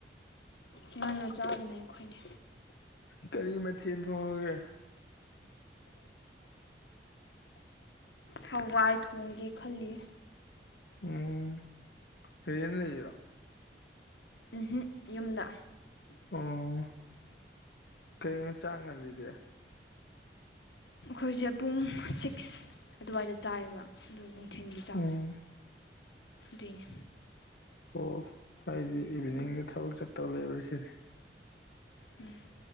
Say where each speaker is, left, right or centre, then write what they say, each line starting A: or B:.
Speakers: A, on the left (about 80°); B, on the left (about 65°).
A: ꯉꯟꯅ ꯆꯥꯕꯅꯦ ꯑꯩꯈꯣꯏꯗꯤ
B: ꯀꯔꯤ ꯃꯊꯦꯟ ꯊꯣꯡꯉꯒꯦ
A: ꯍꯋꯥꯏ ꯊꯣꯡꯒꯦ ꯈꯜꯂꯤꯌꯦ
B: ꯎꯝ ꯔꯦꯟ ꯂꯩꯔꯣ
A: ꯎꯝꯍꯨꯝ ꯌꯨꯝꯗ
B: ꯑꯣ ꯀꯩꯅꯣ ꯆꯥꯛ ꯉꯜꯂꯤꯗꯤ
A: ꯑꯩꯈꯣꯏꯁꯦ ꯄꯨꯡ ꯁꯤꯛꯁ ꯑꯗꯨꯋꯥꯏꯗ ꯆꯥꯏꯑꯦꯕ ꯑꯗꯨꯅꯤ ꯊꯤꯟꯒꯤ ꯆꯥꯛꯁꯦ
B: ꯎꯝ
A: ꯑꯗꯨꯏꯅꯦ
B: ꯑꯣ ꯑꯩꯗꯤ ꯏꯚꯤꯅꯤꯡꯗ ꯊꯕꯛ ꯆꯠꯇꯧ ꯂꯩꯕꯔꯥ ꯁꯤꯅꯤ
A: ꯎꯝ